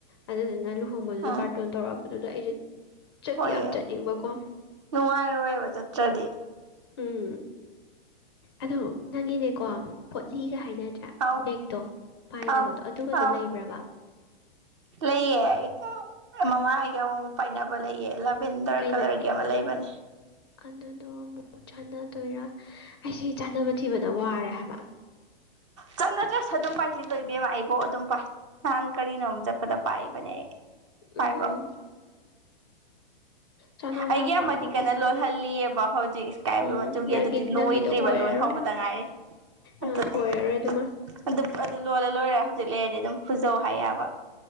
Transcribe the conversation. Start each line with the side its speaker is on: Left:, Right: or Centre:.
Left: ꯑꯗꯨꯗꯨꯅ ꯂꯨꯍꯣꯡꯕꯗꯨꯗ
Right: ꯑꯥ
Left: ꯕꯥꯔꯇꯣꯟ ꯇꯧꯔꯛꯑꯕꯗꯨꯗ ꯑꯩꯁꯦ ꯆꯠꯇꯤ
Right: ꯍꯣꯏꯌꯦ
Left: ꯌꯥꯝ ꯆꯠꯅꯤꯡꯕꯀꯣ
Right: ꯅꯨꯡꯉꯥꯏꯔꯣꯏꯕ ꯆꯠꯇ꯭ꯔꯗꯤ
Left: ꯎꯝ ꯑꯗꯣ ꯅꯪꯒꯤꯅꯦꯀꯣ ꯄꯣꯠꯂꯤꯒ ꯍꯥꯏꯅꯗ꯭ꯔꯥ
Right: ꯑꯥꯎ
Left: ꯕꯦꯛꯇꯣ ꯄꯥꯏꯅꯕꯗꯣ
Right: ꯑꯥꯎ
Left: ꯑꯗꯨꯒꯗꯣ
Right: ꯑꯥꯎ
Left: ꯂꯩꯕ꯭ꯔꯕ
Right: ꯂꯩꯌꯦ ꯃꯃꯥ ꯌꯥ ꯑꯃꯨꯛ ꯄꯥꯏꯅꯕ ꯂꯩꯌꯦ ꯂꯦꯚꯦꯟꯗꯔ
Left: ꯀꯩ
Right: ꯀꯂꯔꯒꯤ
Left: ꯃꯆꯨ
Right: ꯑꯃ ꯂꯩꯕꯅꯦ
Left: ꯑꯗꯨꯗꯣ ꯑꯃꯨꯛ ꯆꯥꯟꯅꯗꯣꯏꯔꯥ ꯑꯩꯁ ꯆꯥꯅꯕ ꯊꯤꯕꯗ ꯋꯥꯔꯦ ꯍꯥꯏꯕ
Right: ꯆꯠꯅꯗ꯭ꯔꯁꯨ ꯑꯗꯨꯝ ꯄꯥꯏꯁꯤ ꯂꯣꯏꯕꯤꯝꯃ ꯑꯩꯕꯣ ꯑꯗꯨꯝ ꯄꯥꯏ ꯅꯍꯥꯟ ꯀꯔꯤꯅꯣꯛ ꯆꯠꯄꯗ ꯄꯥꯏꯕꯅꯦ ꯑꯩ ꯄꯥꯏꯕ꯭ꯔꯣ
Left: ꯎꯝ ꯆꯅꯕ
Right: ꯑꯩꯒꯤ
Left: ꯌꯥꯝ ꯄꯥꯝꯕꯀꯣ
Right: ꯑꯃꯗꯤ ꯀꯟꯅ ꯂꯣꯜꯍꯜꯂꯤꯑꯕ ꯍꯧꯖꯤꯛ ꯏꯁꯀꯥꯏ
Left: ꯎꯝ
Right: ꯕ꯭ꯂꯨ ꯃꯆꯨꯒꯤ
Left: ꯅꯪꯒꯤ
Right: ꯑꯗꯨꯗꯤ
Left: ꯅꯪꯒꯤꯗꯣ
Right: ꯂꯣꯏꯗ꯭ꯔꯤꯕ
Left: ꯑꯣꯏꯔꯔꯣꯏ
Right: ꯂꯣꯟ ꯍꯧꯕꯗ ꯉꯥꯏꯔꯤ ꯑꯗꯨꯅꯦ
Left: ꯑ ꯑꯣꯏꯔꯔꯣꯏ ꯑꯗꯨꯃ
Right: ꯑꯗꯨ ꯑꯗꯨ ꯂꯣꯜꯂ ꯂꯣꯏꯔꯦ ꯍꯧꯖꯤꯛ ꯂꯩꯔꯗꯤ ꯑꯗꯨꯝ ꯐꯖꯧ ꯍꯥꯏꯌꯦꯕ